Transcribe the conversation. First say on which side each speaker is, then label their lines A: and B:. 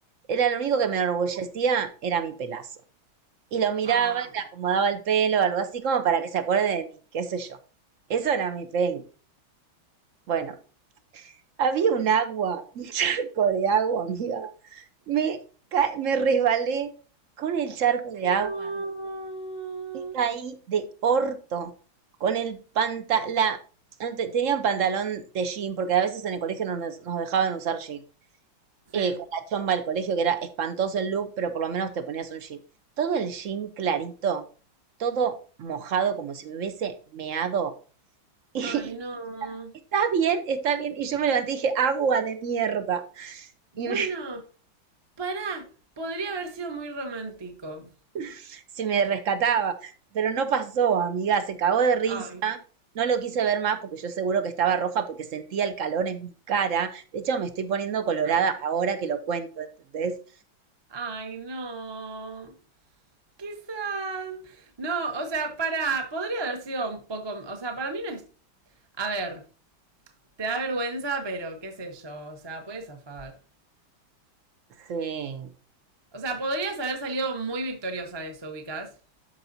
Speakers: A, on the right; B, on the right.
A: Era lo único que me enorgullecía, era mi pelazo. Y lo miraba
B: Oh,
A: y le acomodaba el pelo, algo así como para que se acuerde de mí, qué sé yo. Eso era mi peli. Bueno, había un agua, <laughs> un charco de agua, amiga. Me, ca- me resbalé con el charco de
B: no.
A: agua y caí de orto con el pantalón. Tenía un pantalón de jean, porque a veces en el colegio no nos, nos dejaban usar jean.
B: Sí.
A: eh, con la chomba del colegio, que era espantoso el look, pero por lo menos te ponías un jean. Todo el jean clarito, todo mojado, como si me hubiese meado. <laughs>
B: Ay, no.
A: Y está bien, está bien. Y yo me levanté y dije, agua de mierda.
B: Bueno,
A: Y me-
B: pará. Podría haber sido muy romántico.
A: <laughs> se me rescataba. Pero no pasó, amiga, se cagó de risa.
B: Ay,
A: No lo quise ver más porque yo seguro que estaba roja porque sentía el calor en mi cara. De hecho, me estoy poniendo colorada
B: ay,
A: ahora que lo cuento, ¿entendés?
B: ay, no. Quizás. No, o sea, para. Podría haber sido un poco. O sea, para mí no es. A ver, te da vergüenza, pero qué sé yo. O sea, puedes zafar.
A: Sí.
B: O sea, podrías haber salido muy victoriosa de eso, ubicas.